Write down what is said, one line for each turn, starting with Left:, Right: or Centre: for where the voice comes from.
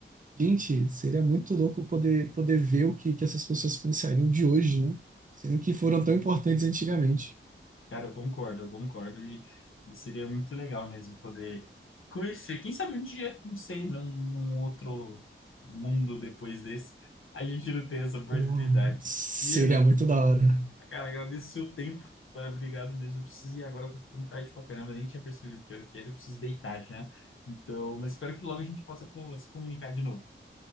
Right: gente, seria muito louco poder, poder ver o que, que essas pessoas pensariam de hoje, né? Sendo que foram tão importantes antigamente.
Left: Cara, eu concordo, eu concordo. E, e seria muito legal mesmo poder conhecer. Quem sabe um dia, não sei, num, num outro mundo depois desse, a gente não tem essa oportunidade.
Right: Então, Seria
Left: E, Ana,
Right: muito da hora.
Left: cara, agradeço o seu tempo. Cara, Obrigado mesmo. Eu preciso ir agora, tá ficando tarde pra caramba. Nem tinha percebido que hora que era. Eu preciso deitar já. Então, mas espero que logo a gente possa co- se comunicar de novo.